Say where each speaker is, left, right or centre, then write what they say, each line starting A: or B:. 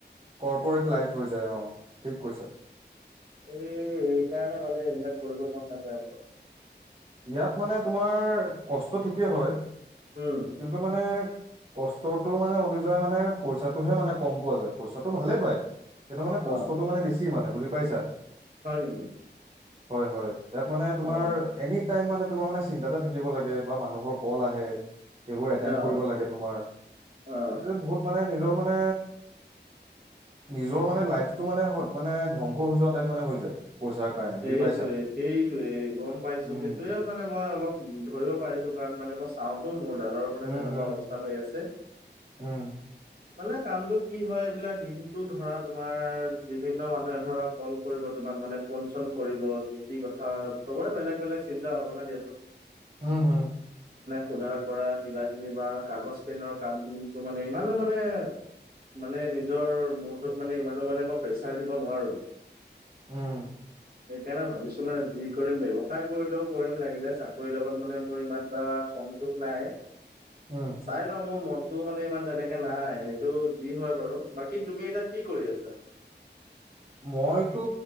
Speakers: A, on the right; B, on the right.
A: কৰ্পৰেট লাইফ হৈ যায় অ' ঠিক কৈছা।
B: এই সেইকাৰণে মানে এবিলাক কৰিব মন নাযায় মোৰ।
A: ইয়াত মানে তোমাৰ কষ্ট ঠিকেই হয়,
B: উম
A: কিন্তু মানে কষ্টটো মানে অনুযায়ী মানে পইচাটোহে মানে কম পোৱা যায়। পইচাটো ভালে পায়। সেইটো মানে
B: অ
A: কষ্টটো মানে বেছি মানে বুজি পাইছা?
B: হয় নেকি?
A: হয়-হয়। ইয়াত মানে তোমাৰ
B: অ
A: এনি টাইম মানে তোমাৰ মানে চিন্তাতে থাকিব লাগে বা মানুহৰ কল আহে। সেইবোৰ এটেণ্ড
B: অ অ
A: কৰিব লাগে তোমাৰ। সেইটো
B: অ
A: বহুত মানে নিজৰ মানে নিজৰ মানে লাইফটো মানে-মানে ধ্বংস হৈ যোৱা টাইপ মানে হৈ যায়। পইচাৰ কাৰণে
B: সেইটোৱে
A: বুজি পাইছা।
B: সেইটোৱে গম পাইছো।
A: উম
B: সেইটোৱে মানে মই অলপ ধৰিব পাৰিছো। কাৰণ মানে মই চাওতো মোৰ দাদাৰো মানে
A: উম
B: তেনেকুৱা
A: হুম
B: অৱস্থা হৈ আছে।
A: উম
B: মানে কামটো কি হয় এইবিলাক দিনটো ধৰা তোমাৰ বিভিন্ন মানুহে ধৰা কল কৰিব তোমাক মানে ফোন চোন কৰিব। যি তি কথা চবৰে বেলেগ-বেলেগ চিন্তা ভাবনা দিয়াচোন।
A: উম হম।
B: শুধাৰ কৰা কিবা কিবি বা কাগজ পেনৰ কাম দিনটো মানে। ইমানো মানে মানে নিজৰ মূৰটোত মানে ইমানো মানে মই প্ৰেছাৰ দিব নোৱাৰো।
A: উম।
B: সেইকাৰণে ভাবিছো মানে যি কৰিম ব্যৱসায় কৰিলেও কৰিম লাগিলে চাকৰিৰ লগত মানে মোৰ ইমান এটা সংযোগ নাই
A: উম
B: চাই লও মোৰ মন টো মানে ইমান তেনেকে নাই সেইটো যি হয় বাৰু। বাকী তুমি এতিয়া কি কৰি আছা? <inaudible>
A: মইতো